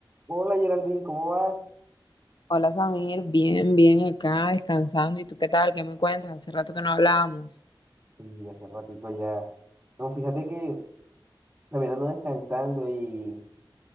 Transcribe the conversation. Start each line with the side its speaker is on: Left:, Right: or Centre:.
Right: Hola Geraldine, ¿cómo vas?
Left: Hola Samir, bien, bien acá, descansando. ¿Y tú qué tal? ¿Qué me cuentas? Hace rato que no hablábamos.
Right: Y hace ratito ya. No, fíjate que también ando descansando y